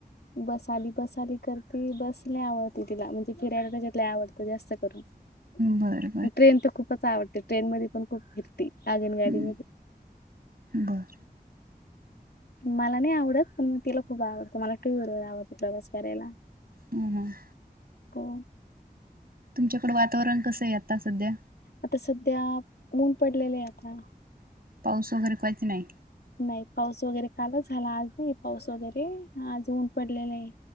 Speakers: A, on the left (about 85°); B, on the right (about 65°).
A: बस आली बस आली करते. बस लय आवडते, तिला म्हणजे फिरायला त्याच्या आवड जास्त करून
B: बरं
A: ट्रेन तर खूपच आवडत. ट्रेन म पण खूप फिरती, आगीन
B: बरं
A: गाडी म
B: बरं
A: मला नाही आवडत. पण म तिला खूप आवडतं मला टूव्हिलर आवडते. प्रवास करायला.
B: हम हम
A: को
B: तुमच्याकडं वातावरण कसं आहे? आता सध्या.
A: आता सध्या ऊन पडलेले आहे आता
B: पाऊस वगैरे काहीच नाही.
A: नाही पाऊस वगैरे कालच झाला, आज नाही पाऊस वगैरे आज ऊन पडलेले ये.